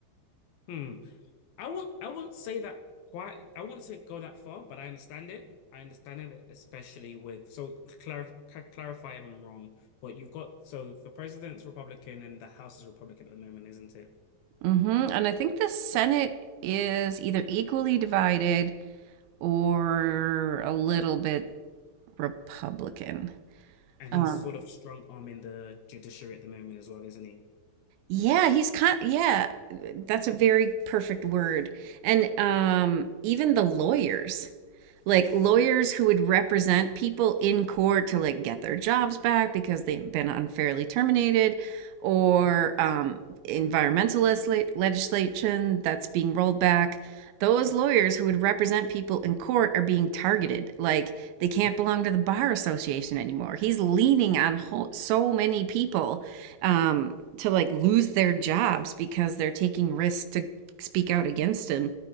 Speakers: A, on the left (about 75°); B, on the right (about 75°).
A: Hmm. I won't I won't say that quite I won't say go that far, but I understand it. I understand it, especially with so clar clarify if I'm wrong, but you've got so the president's Republican and the House is Republican at the moment, isn't it?
B: hmm And I think the Senate is either equally divided or a little bit Republican.
A: And
B: Um,
A: he's sort of strong arming the judiciary at the moment as well, isn't he?
B: Yeah, he's kind yeah, that's a very perfect word. And um even the lawyers like lawyers who would represent people in court to like get their jobs back because they've been unfairly terminated or um, environmentalist le- legislation that's being rolled back those lawyers who would represent people in court are being targeted like they can't belong to the bar association anymore he's leaning on ho- so many people um, to like lose their jobs because they're taking risks to speak out against him